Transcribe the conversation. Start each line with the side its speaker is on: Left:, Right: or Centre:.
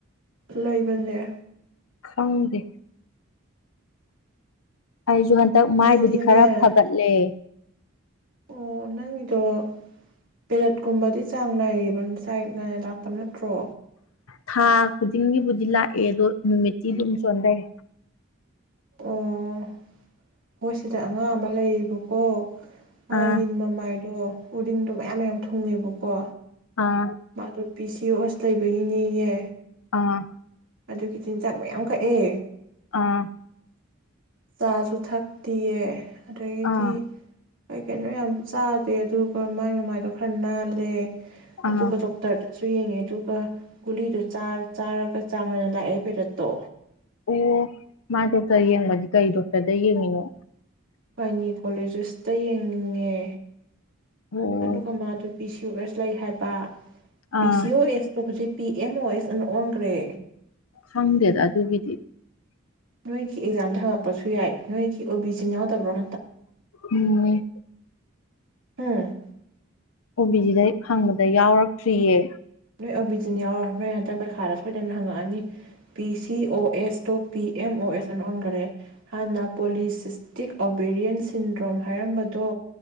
Right: ꯂꯩꯕꯅꯦ
Left: ꯈꯪꯗꯦ ꯑꯩꯁꯨ ꯍꯟꯗꯛ ꯃꯥꯏꯕꯨꯗꯤ
Right: ꯑꯩꯗꯤꯅꯦ
Left: ꯈꯔ ꯐꯒꯠꯂꯦ
Right: ꯑꯣ ꯅꯪꯒꯤꯗꯣ ꯄꯦꯔꯦꯠꯀꯨꯝꯕꯗꯤ ꯆꯥꯡ ꯅꯥꯏꯔꯤꯕ ꯆꯥꯏ ꯅꯥꯏꯅ ꯂꯥꯛꯄ ꯅꯠꯇ꯭ꯔꯣ
Left: ꯊꯥ ꯈꯨꯗꯤꯡꯒꯤꯕꯨꯗꯤ ꯂꯥꯛꯑꯦ ꯑꯗꯣ ꯅꯨꯃꯤꯠꯇꯤ ꯑꯗꯨꯝ ꯆꯣꯟꯊꯩ
Right: ꯑꯣ ꯍꯣꯏ ꯁꯤꯗ ꯑꯉꯥꯡ ꯑꯃ ꯂꯩꯌꯦꯕꯀꯣ ꯃꯥ
Left: ꯑꯥ
Right: ꯌꯦꯟ ꯃꯃꯥꯏꯗꯣ ꯎꯔꯤꯡꯗꯣ ꯃꯌꯥꯝ ꯃꯌꯥꯝ ꯊꯨꯡꯉꯦꯕꯀꯣ
Left: ꯑ
Right: ꯃꯥꯗꯣ ꯄꯤ ꯁꯤ ꯑꯣꯁ ꯂꯩꯕꯒꯤꯅꯤꯌꯦ
Left: ꯑ
Right: ꯑꯗꯨꯒꯤ ꯆꯤꯟꯖꯥꯛ ꯃꯌꯥꯝ ꯀꯛꯑꯦ
Left: ꯑꯥ
Right: ꯆꯥꯁꯨ ꯊꯛꯇꯤꯌꯦ ꯑꯗꯒꯤꯗꯤ
Left: ꯑꯥ
Right: ꯑꯩ ꯀꯩꯅꯣ ꯌꯥꯝ ꯆꯥꯗꯦ ꯑꯗꯨꯒ ꯃꯥꯏ ꯃꯃꯥꯏꯗꯣ ꯈꯔ ꯅꯥꯜꯂꯦ
Left: ꯑꯥ
Right: ꯑꯗꯨꯒ ꯇꯣꯛꯛꯇꯔꯗ ꯁꯨ ꯌꯦꯡꯉꯦ ꯑꯗꯨꯒ ꯒꯨꯂꯤꯗꯨ ꯆꯥꯔꯒ ꯆꯥꯡꯅꯅ ꯂꯥꯛꯑꯦ ꯄꯦꯔꯠꯇꯣ
Left: ꯑꯣ ꯃꯥ ꯗꯣꯛꯇꯔ ꯌꯦꯡꯕꯗꯤ ꯀꯔꯤ ꯗꯣꯛꯇꯔꯗ ꯌꯦꯡꯉꯤꯅꯣ
Right: ꯚꯕꯥꯏꯅꯤ ꯀꯣꯂꯦꯖꯦꯁꯇ ꯌꯦꯡꯅꯤꯡꯉꯦ
Left: ꯑꯣ
Right: ꯑꯗꯨꯗꯨ ꯀꯃ ꯑꯗꯨ ꯕꯤ ꯁꯤ ꯑꯦꯁ ꯂꯩ ꯍꯥꯏꯕ ꯄꯤ
Left: ꯑꯥ
Right: ꯁꯤ ꯑꯣ ꯑꯦꯁꯇꯣ ꯍꯧꯖꯤꯛ ꯄꯤ ꯑꯦꯝ ꯑꯣ ꯑꯦꯁ ꯑꯃꯨꯛ ꯑꯣꯟꯈ꯭ꯔꯦ
Left: ꯈꯪꯗꯦꯗ ꯑꯗꯨꯒꯤꯗꯤ
Right: ꯅꯣꯏꯒꯤ ꯑꯦꯛꯖꯥꯝꯗ ꯍꯪꯉꯛꯄꯁꯨ ꯌꯥꯏ ꯅꯣꯏꯒꯤ ꯑꯣ ꯕꯤ ꯁꯤ ꯌꯥꯎꯗꯕ꯭ꯔꯣ
Left: ꯎꯝ
Right: ꯑꯝ
Left: ꯑꯣ ꯕꯤ ꯁꯤꯗ ꯐꯪꯕꯗ ꯑꯩ ꯌꯥꯎꯔꯛꯇ꯭ꯔꯤꯌꯦ
Right: ꯅꯣꯏ ꯑꯣꯕꯤꯖꯤꯟ ꯌꯥꯎꯔ ꯅꯣꯏ ꯍꯟꯗꯛ ꯄꯩꯈꯥꯗ ꯁꯣꯏꯗꯅ ꯍꯪꯉꯛꯑꯅꯤ ꯄꯤ ꯁꯤ ꯑꯣ ꯑꯦꯁꯇꯣ ꯄꯤ ꯑꯦꯝ ꯑꯣ ꯑꯦꯁ ꯑꯟ ꯑꯣꯟꯈꯔꯦ ꯍꯥꯟꯅ ꯄꯣꯂꯤꯁꯤꯁꯇꯤꯛ ꯑꯣꯕꯦꯔꯤꯌꯦꯟ ꯁꯤꯟꯗ꯭ꯔꯣꯝ ꯍꯥꯏꯔꯝꯕꯗꯣ